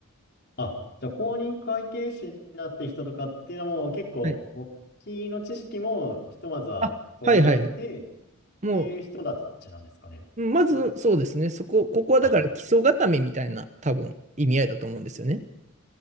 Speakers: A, on the left (about 50°); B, on the right (about 35°).
A: あ、じゃあ公認会計士になってる人とかっていうのも結構簿記の知識もひとまずは取り終えてっ
B: はい、あはいはいはい。も
A: ていう人たちなんですかね。
B: う、まずそうですね、そこ、ここはだから基礎固めみたいな多分意味合いだと思うんですよね。
A: あ、